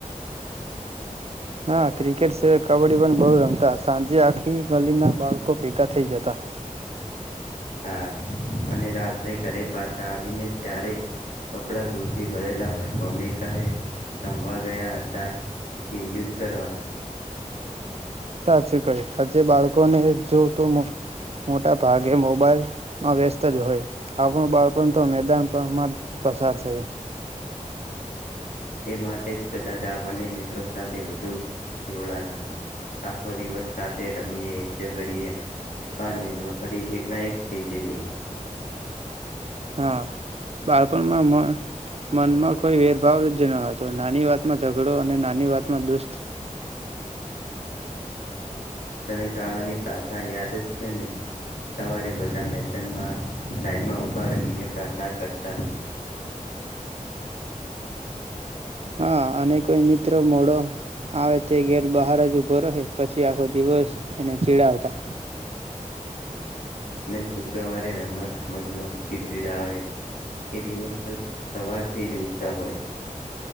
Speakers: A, on the right (about 50°); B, on the left (about 75°).
A: હા ક્રિકેટ સિવાય કબડ્ડી પણ બહુ રમતા સાંજે આખી ગલીના બાળકો ભેગા થઈ જતા.
B: હા અને રાત રે ઘરે પાછા આવી ને ત્યારે કપડા દૂરથી ભરેલા હોય મમ્મી કાહે રમવા ગયા હતા કે યુદ્ધ કરવા.
A: સાચી કયું. આજે બાળકોને જો તો મોટા ભાગે મોબાઈલમાં વ્યસ્ત જ હો. આપણું બાળપણ તો મેદાન પડ માં પસાર થયું.
B: હમ્મ એ માટે જ કદાચ આપને મિત્રો સાથે વધુ જોડા ન હતું આખો દિવસ સાથે રમીએ ઝગડીએ પાન ને ફરી એકના એક થઈ જઈએ.
A: હા બાળપણમાં મ-મનમાં કોઈ વેરભાવ જ ન હતો નાની વાતમાં ઝઘડો અને નાની વાતમાં દુસ્ત
B: હમ્મ તને શાળાની પ્રાર્થના યાદ જ છે ને સવારે બધા મેદાનમાં લાઈન માં ઉભા રહીને પ્રાર્થના કરતા.
A: હા અને કોઈ મિત્ર મોડો આવે તે ઘેટ બહાર જ ઊભો રહે પછી આખો દિવસ એને ચીડાવતા.
B: અને શુક્રવારે રમતમત ગમત નો પીજે જા આવે એ દિવસ તો સવારથી જ ઉત્સાહ હોય.